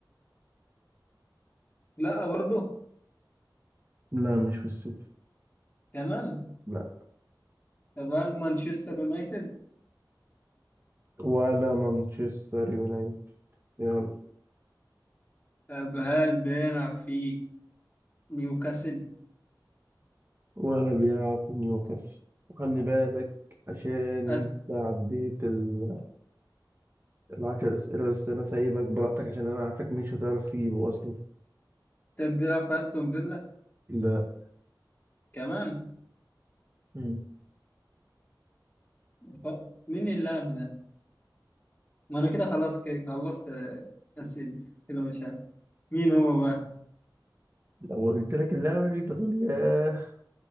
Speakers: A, on the left (about 25°); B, on the right (about 30°).
A: لا برضو
B: لا مش في السيتي
A: كمان
B: لا
A: طب هل مانشستر يونايتد
B: ولا مانشستر يونايتد يلا
A: طب هل بيلعب في نيوكاسل
B: ولا بيلعب في نيوكاسل وخلي بالك عشان
A: أست...
B: انت عديت ال... العشر اسئله بس انا سايبك براحتك عشان انا عارفك مش هتعرف تجيبه اصلا
A: طب بيلعب في أستون فيلا
B: لا
A: كمان
B: مم.
A: ف- مين اللاعب ده ما انا كده خلاص كده خلصت آه، اسئلتي كده مش عارف مين هو بقى
B: لو قلت لك اللاعب هتقول ياه